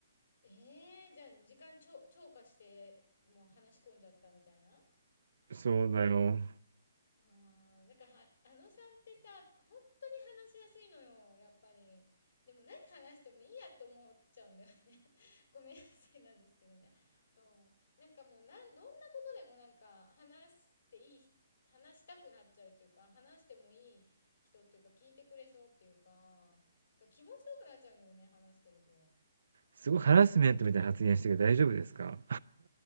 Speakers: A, on the left; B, on the right.
A: ええじゃあ時間超、超過して、もう話し込んじゃったみたいな
B: そうだよ。
A: 超えて。ああ、なんかは、あのさんってさ、本当に話しやすいのよ、やっぱり。でも何話してもいいやって思っちゃうんだよね。<laughs> ごめんなさいなんですけどね。そう。なんかもうなん、どんなことでもなんか話していい、話したくなっちゃうというか、話してもいい人っていうか、聞いてくれそうっていうか、なんか気持ちよくなっちゃうんだよね、話してると。
B: すごいハラスメントみたいな発言してるけど大丈夫ですか？